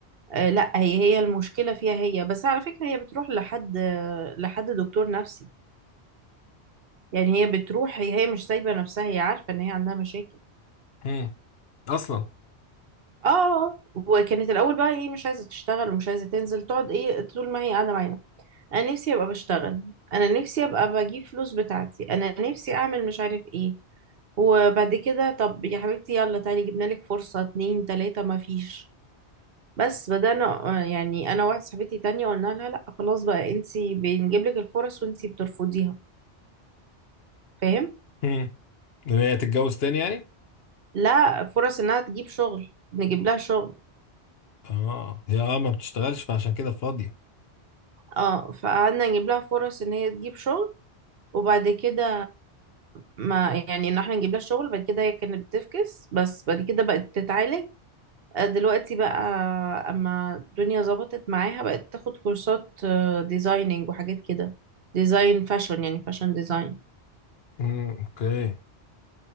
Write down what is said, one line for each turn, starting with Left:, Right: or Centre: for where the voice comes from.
Right: آه لا هي هي المشكلة فيها هي بس على فكرة هي بتروح لحد آه، لحد دكتور نفسي يعني هي بتروح هي هي مش سايبة نفسها هي عارفة ان هي عندها مشاكل
Left: مم. اصلا
Right: اه وكانت الاول بقى ايه مش عايزه تشتغل ومش عايزه تنزل تقعد ايه طول ما هي قاعده معانا انا نفسي ابقى بشتغل انا نفسي ابقى بجيب فلوس بتاعتي انا نفسي اعمل مش عارف ايه وبعد كده طب يا حبيبتي يلا تعالي جبنا لك فرصه اتنين تلاته ما فيش بس بدأنا آه، يعني انا واحده صاحبتي تانية قلنا لها لا خلاص بقى انتي بنجيب لك الفرص وانتي بترفضيها فاهم
Left: مم. ان هي تتجوز تاني يعني
Right: لا فرص انها تجيب شغل نجيب لها شغل
Left: اه هي اه ما بتشتغلش فعشان كده فاضية
Right: اه فقعدنا نجيب لها فرص ان هي تجيب شغل وبعد كده ما يعني ان احنا نجيب لها شغل بعد كده هي كانت بتفكس بس بعد كده بقت بتتعالج آه، دلوقتي بقى اما الدنيا ظبطت معاها بقت تاخد كورسات ديزايننج وحاجات كده ديزاين فاشن يعني فاشن ديزاين
Left: امم اوكي